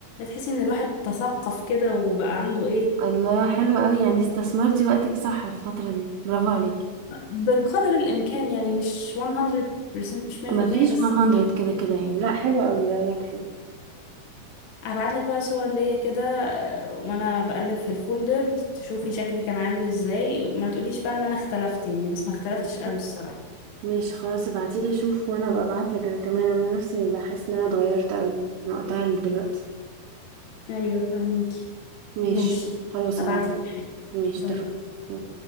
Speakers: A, on the left; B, on the right.
A: تحسي ان الواحد تثقف كده وبقى عنده ايه
B: الله حلو قوي يعني استثمرتي وقتك صح الفترة دي برافو عليكي
A: بقدر الامكان يعني مش 100% مش 100%
B: ما فيش
A: بس
B: <laughs> 100 كده كده يعني لا حلو قوي ده يكفي
A: هبعت لك بقى صور ليا كده آه، وانا بقلب في الفولدر تشوفي شكلي كان عامل ازاي وما تقوليش بقى ان انا اختلفت يعني بس ما اختلفتش
B: <laughs>
A: قوي الصراحه
B: ماشي خلاص ابعتيلي اشوف وانا ابقى ابعتلك انا كمان انا نفسي بحس ان انا اتغيرت قوي من وقتها لدلوقتي
A: ايوه فهميكي
B: ماشي
A: ماشي
B: خلاص
A: هبعتلك
B: ابعتيلي
A: حاجة
B: ماشي
A: باي
B: اتفقنا
A: باي